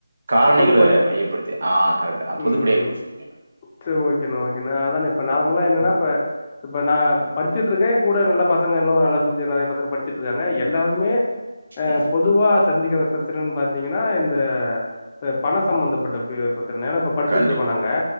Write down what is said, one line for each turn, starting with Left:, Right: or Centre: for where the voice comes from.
Right: காரணிகள
Left: பொதுப்படை
Right: மையப்படுத்தி ஆ கரெட்டு ஆ பொதுப்படியா
Left: ம்
Right: பேசுங்க
Left: சரி ஓகேண்ணா ஓகேண்ணா அதான இப்ப நார்மலா என்னனா இப்ப இப்ப நா படிச்சிட்ருக்கே எ கூட நல்ல பசங்க இன்னு நல்லா சுத்தி நறைய பசங்க படிச்சுட்ருக்காங்க எல்லாருமே அ
Right: ம்
Left: பொதுவா சந்திக்கிற பிரச்சனன் பாத்தீங்கன்னா இந்த த பண சம்பந்தப்பட்ட பி பிரச்சனை ஏனா இப்ப படிச்சுட்ருக்கோ
Right: கண்டிப்பா
Left: நாங்க